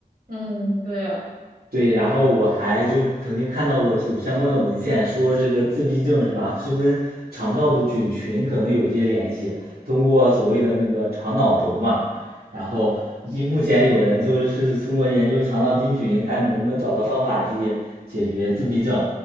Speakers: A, on the right; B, on the right.
A: 嗯，对啊，
B: 对，然后我还就曾经看到过有相关的文献，说这个自闭症是吧，是跟肠道的菌群可能有些联系，通过所谓的那个肠脑轴嘛，然后一目前有人就是通过研究肠道菌群，看能不能找到方法去解决自闭症。